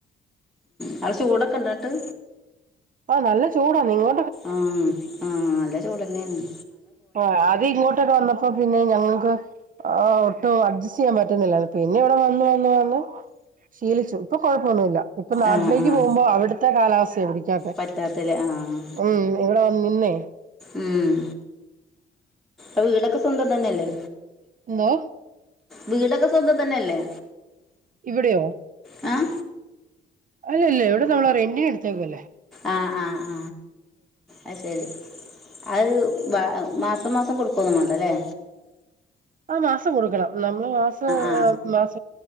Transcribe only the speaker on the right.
നല്ലചൂടാന്നിങ്ങോ
ആ അത്‌ ഇങ്ങോട്ട് ഒന്ന് വന്നപ്പോൾ പിന്നെ ഞങ്ങള് ആ ഒട്ടും അഡ്ജസ്റ്റ് ചെയ്യാൻപറ്റുന്നില്ല. പിന്നെയിവിടെ വന്നു, വന്ന്, വന്ന്- ശീലിച്ചു. ഇപ്പൊ കൊഴപ്പമൊന്നുമില്ല. ഇപ്പൊനാട്ടിലേക്ക്
പോകുമ്പോളവിടുത്തെ കാലാവസ്ഥയാ, പിടി-
ഉം.. ഇവിടെ വന്നുനിന്നേ
എന്തോ
ഇവിടെയോ
അല്ലല്ല, ഇവിടെ നമ്മള് രെന്റിനെടുടുത്തേക്കുവല്ലേ.
അതു മാസം കൊടുക്കണം. നമ്മളുമാസമാസ